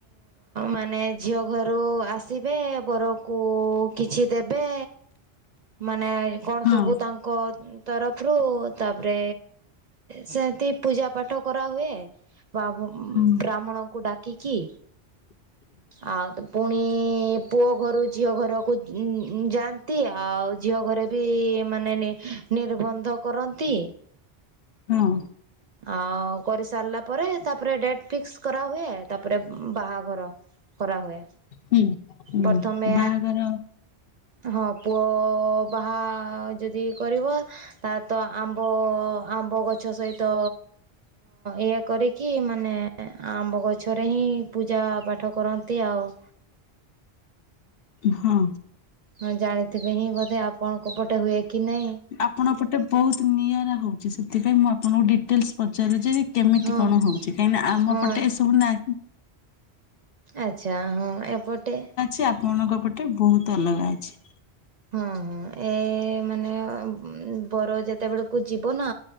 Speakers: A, on the right; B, on the left.
A: ମାନେ ଝିଅ ଘରୁ ଆସିବେ ବରକୁ କିଛି ଦେବେ। ମାନେ କଣ
B: ହଁ
A: ସବୁ ତାଙ୍କ ତରଫରୁ ତାପରେ ସେମିତି ପୂଜା ପାଠ କରାହୁଏ ବା ବ୍ରାହ୍ମଣଙ୍କୁ
B: ହଁ
A: ଡାକିକି।
B: ହ
A: ଆଉ ତ ପୁଣି ପୁଅ ଘରୁ ଝିଅ ଘରକୁ ଉଁ ଯାଆନ୍ତି ଆଉ ଝିଅ ଘରେ ବି ମାନେ ନିର୍ବନ୍ଧ କରନ୍ତି।
B: ହୁଁ।
A: ଆଉ କରିସାରିଲା ପରେ ତାପରେ ଡେଟ ଫିକ୍ସ କରା ହୁଏ ତାପରେ ବାହାଘର। କରା ହୁଏ
B: ହୁଁ ହୁଁ
A: ପ୍ରଥମେ
B: ବାହାଘର
A: ହଁ ପୁଅ ବାହା ଯଦି କରିବ ତା ତ ଆମ୍ବ ଆମ୍ବ ଗଛ ସହିତ ଇଏ କରିକି ମାନେ ଆମ୍ବ ଗଛରେ ହିଁ ପୂଜା ପାଠ କରନ୍ତି ଆଉ।
B: ହଁ।
A: ହଁ ଜାଣିଥିବେ ହିଁ ବୋଧେ ଆପଣଙ୍କ ପଟେ ହୁଏ କି ନାହିଁ।
B: ଆପଣଙ୍କ ପଟେ ବହୁତ ନିଆରା ହଉଛି ସେଥିପାଇଁ ମୁଁ ଆପଣଙ୍କୁ ଡି ଟେଲ୍ସ ପଚାରୁଛି କେମିତି
A: ହଁ
B: କଣ
A: ହଁ
B: ହଉଛି କାହିଁକିନା ଆମ
A: ହଁ
B: ପଟେ ଏସବୁ ନାହିଁ।
A: ଆଚ୍ଛା ହଁ ଏପଟେ
B: ସେ ଆପଣଙ୍କ ପଟେ ବହୁତ ଅଲଗା ଅଛି।
A: ହଁ ହଁ ଏ ମାନେ ବର ଯା ଯେତେବେଳକୁ ଯିବ ନା